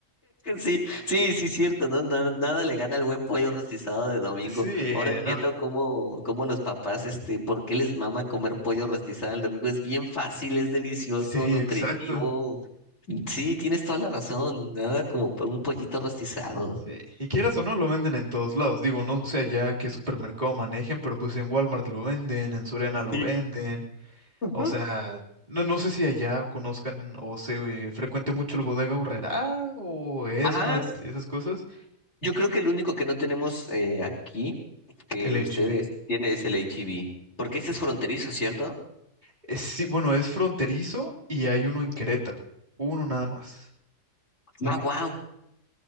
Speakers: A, on the left; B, on the right.
A: Sí, sí, sí, cierto, ¿no? Na- Nada, le gana el buen pollo rostizado de domingo.
B: Sí,
A: Ahora entiendo
B: no,
A: cómo, cómo los papás, este, por qué les mama comer pollo rostizado el domingo. Es bien fácil, es delicioso,
B: sí,
A: nutritivo.
B: exacto.
A: Sí, tienes toda la razón. Nada como para un pollito rostizado.
B: Sí, y quieras o no, lo venden en todos lados. Digo, no sé allá qué supermercado manejen, pero pues en Walmart lo venden, en Soriana lo
A: Sí.
B: venden.
A: Ajá.
B: O sea, no, no sé si allá conozcan o se eh, frecuente mucho el Bodega Aurrerá o
A: Ajá.
B: Smart y esas cosas.
A: Yo creo que el único que no tenemos eh, aquí que
B: El
A: ustedes
B: HD.
A: tienen es el H. E B. Porque ese es fronterizo, ¿cierto?
B: Eh, Sí, bueno, es fronterizo y hay uno en Querétaro, uno nada más.
A: Ah, wow.